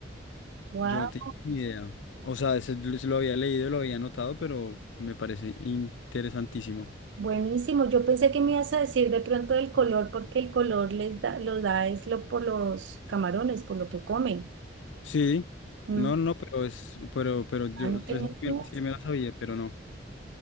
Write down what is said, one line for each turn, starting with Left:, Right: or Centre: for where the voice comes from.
Right: wow,
Left: Yo no tenía ni idea. O sea, eso lo lo había leído, lo había notado, pero me parece interesantísimo.
Right: buenísimo. Yo pensé que me ibas a decir de pronto el color, porque el color les da, lo da es lo por los camarones, por lo que comen.
Left: Sí,
Right: Mm.
Left: no, no, pero es, pero, pero yo,
Right: Ah, no
Left: o
Right: tenía
Left: sea, sí
Right: idea
Left: me sí me la sabía, pero no.